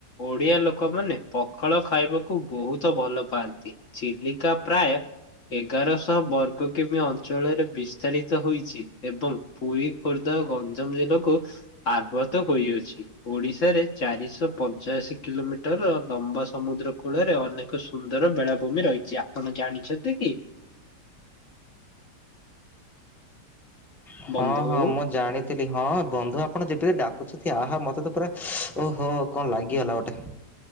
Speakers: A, on the left; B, in the centre.
A: ଓଡିଆ ଲୋକମାନେ ପଖାଳ ଖାଇବାକୁ ବହୁତ ଭଲ ପାଆନ୍ତି। ଚିଲିିକା ପ୍ରାୟ ଏଗାରଶହ ବର୍ଗ କିମି ଅଞ୍ଚଳରେ ବିସ୍ତାରିତ ହୋଇଚି। ଏବଂ ପୁରୀ, ଖୋର୍ଦ୍ଧା, ଗଞ୍ଜାମ ଜିଲ୍ଲାକୁ ଆବ୍ରତ ହୋଇଅଛି ଓଡିଶାରେ ଚାରିଶ ପଞ୍ଚାଅଶୀ କିଲୋମିଟର ଲମ୍ବା ସମୁଦ୍ର କୂଳରେ ଅନେକ ସୁନ୍ଦର ବେଳାଭୂମି ରହିଚି ଆପଣ ଜାଣିଛନ୍ତି କି?
B: ହଁ-
A: ବନ୍ଧୁ?
B: ହଁ ମୁଁ ଜାଣି ଥିଲି ହଁ ବନ୍ଧୁ ଆପଣ ଯେତେ ଡାକୁଚନ୍ତି ଆହା ମତେ ତ ପୁରା ଓହୋ କଣ ଲାଗିଗଲା ଗୋଟେ।